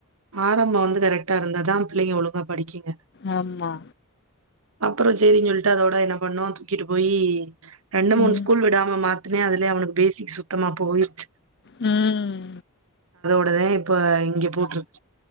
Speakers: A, on the right; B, on the left.
A: ஆரம்போ வந்து கரெக்டா இருந்தா தா பிள்ளைங்க ஒழுங்கா படிக்குங்க
B: ஆமா
A: அப்புறோ சேரினு சொல்லிட்டு அதோட என்ன பண்ணோ தூக்கிட்டு போயி ரெண்டு மூணு
B: ம்
A: ஸ்கூல் விடாம மாத்துனே அது அவனுக்கு பேசிக்கு சுத்தமா போயிடுச்சு
B: உம்
A: அப்பதா இப்ப இங்க போட்டிருக்